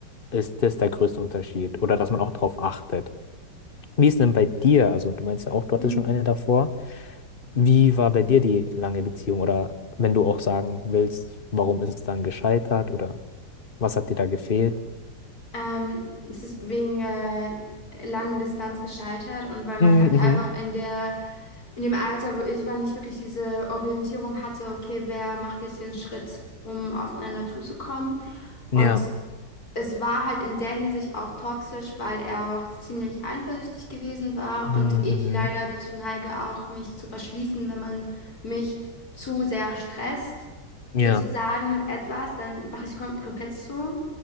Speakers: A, on the left; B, on the left.
A: ist das der größte Unterschied oder dass man auch drauf achtet. Wie ist denn bei dir? Also, du meinst ja auch, du hattest
B: Hm.
A: schon eine davor. Wie war bei dir die lange Beziehung? Oder wenn du auch sagen willst, warum ist es dann gescheitert oder was hat dir da gefehlt?
B: Ähm, es ist wegen äh, langen Distanz gescheitert und weil man
A: Mhm.
B: halt einfach
A: mhm.
B: in der, in dem Alter, wo ich war, nicht wirklich diese Orientierung hatte, okay, wer macht jetzt den Schritt, um aufeinander zuzukommen. Und
A: Ja.
B: es war halt in der Hinsicht auch toxisch, weil er auch ziemlich eifersüchtig gewesen war
A: Mhm.
B: und ich
A: mhm.
B: leider dazu neige, auch mich zu verschließen, wenn man mich zu sehr stresst,
A: Ja,
B: sozusagen mit etwas, dann mache ich kom komplett zu.